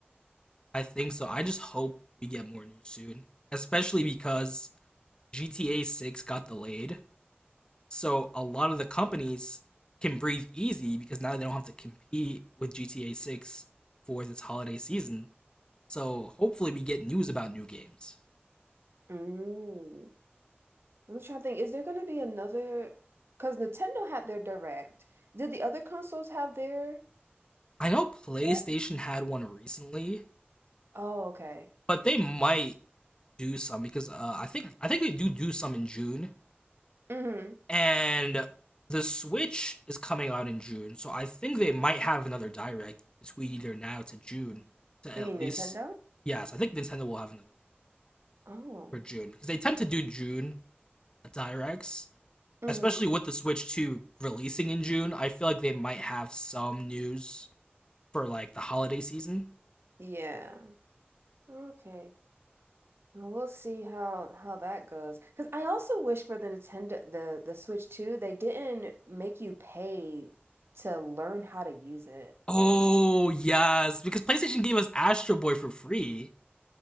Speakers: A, on the left; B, on the right.
A: <laughs> I think so. I just hope we get more news soon, especially
B: Y-
A: because GTA 6 got delayed. So a lot of the
B: Oh.
A: companies can breathe easy because now they don't have to compete with GTA 6 for this holiday season. So hopefully we get news about new games.
B: Mm. I'm trying to think, is there going to be another? Because Nintendo had their Direct. Did the other consoles have their
A: I know PlayStation
B: yet?
A: had one recently,
B: Oh, okay.
A: but they might do some because uh, I think I think they do do some in June,
B: hmm
A: and the Switch is coming out in June, so I think they might have another direct between either now to June to
B: You
A: at
B: mean
A: least
B: Nintendo?
A: yes, I think Nintendo will have another one
B: Oh.
A: for June because they tend to do June directs,
B: hmm
A: especially with the Switch 2 releasing in June. I feel like they might have some news for like the holiday season.
B: Yeah. Okay. Uh, We'll see how how that goes. Because I also wish for the Nintendo the the Switch too. they didn't make you pay to learn how to use it.
A: Oh yes, because PlayStation gave us Astro Boy for free.